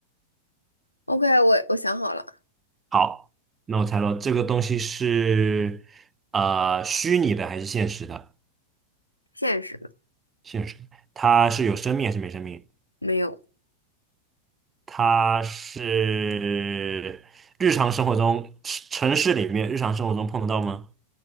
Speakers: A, on the left; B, on the right.
A: OK，我我想好了，
B: 好，那我猜了，这个东西是呃虚拟的还是现实的？
A: 现实的，
B: 现实，它是有生命还是没生命？
A: 没有，
B: 它是日常生活中城城市里面日常生活中碰得到吗？